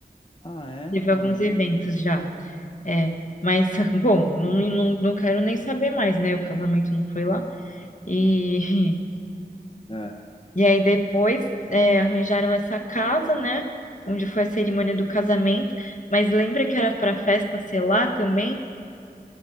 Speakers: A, on the left (about 35°); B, on the left (about 50°).
A: Ah, é?
B: Teve alguns
A: Ah, legal.
B: eventos já. É, mas, <laughs> bom, não, não, não quero nem saber mais, né? O casamento não foi lá. E,
A: É,
B: <laughs> e aí depois é, arranjaram essa casa, né? Onde foi a cerimônia do casamento. Mas lembra que era para festa ser lá também?